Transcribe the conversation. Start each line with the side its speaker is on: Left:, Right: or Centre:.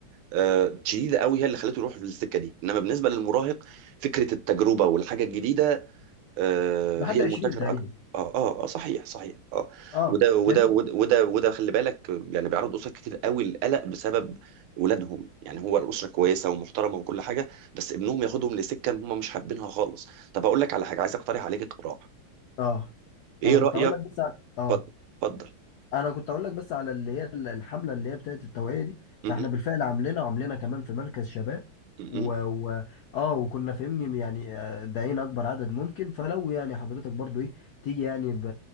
Right: آه شديده قوي هي اللي خلته يروح للسكه دي انما بالنسبه للمراهق فكره التجربه والحاجه الجديده آه،
Left: لحد
Right: هي
Left: 20
Right: المنتشره
Left: تقريبا
Right: اكتر اه اه اه صحيح صحيح اه
Left: اه
Right: وده وده
Left: فاهمني
Right: وده وده, وده خلي بالك يعني بيعرض اسر كتير قوي للقلق بسبب ولادهم يعني هو الاسره كويسه ومحترمه وكل حاجه بس ابنهم ياخدهم لسكه هم مش حابينها خالص طب اقول لك على حاجه عايز اقترح عليك اقتراح
Left: اه
Right: ايه
Left: انا
Right: رايك
Left: كنت هقول لك بس اه
Right: اتفضل اتفضل
Left: انا كنت اقول لك بس على اللي هي ال- الحمله اللي هي بتاعت التوعيه دي
Right: م-
Left: فاحنا
Right: م-
Left: بالفعل عاملينها وعاملينها كمان في مركز شباب
Right: م-
Left: و...
Right: م.
Left: و... اه وكنا فاهمني يعني آه، داعين اكبر عدد ممكن فلو يعني حضرتك برضو ايه تيجي يعني ب...